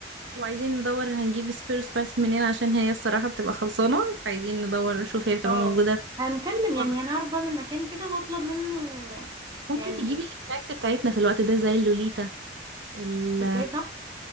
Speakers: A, on the right; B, on the right.
A: وعايزين ندور هنجيب سبيروس باث منين عشان هي الصراحة بتبقى خلصانة فعايزين ندور نشوف هي بتبقى
B: اه
A: موجودة في أي
B: هنكلم
A: فروع
B: يعني
A: بالظبط.
B: هنعرف بقى من مكان كده واطلب منه
A: ممكن
B: يعني
A: تجيبي
B: ش-
A: السناكس بتاعتنا في الوقت ده زي اللوليتا ال
B: تصدقي صح